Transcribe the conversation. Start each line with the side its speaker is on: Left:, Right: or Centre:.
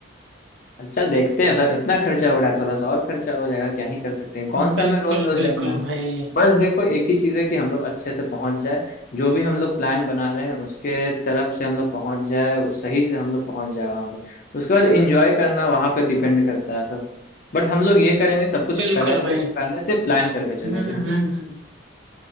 Left: अच्छा देखते हैं सर इतना खर्चा हो रहा है थोड़ा सा और खर्चा हो जाएगा क्या ही कर सकते हैं कौन सा
Right: बिल्कुल
Left: हमें रोज रोज जाना
Right: बिल्कुल
Left: है
Right: भाई
Left: बस देखो एक ही चीज है कि हम लोग अच्छे से पहुंच जाए जो भी हम लोग प्लान बना रहे हैं उसके तरफ से हम लोग पहुंच जाए उस सही से हम लोग पहुंच जाए वहां पर उसके बाद एंजॉय करना वहां पर डिपेंड करता है सब बट हम लोग ये करेंगे सब कुछ
Right: बिल्कुल
Left: पहले
Right: भाई
Left: पहले से प्लान करके चलेंगे
Right: हम्म हम्म हम्म।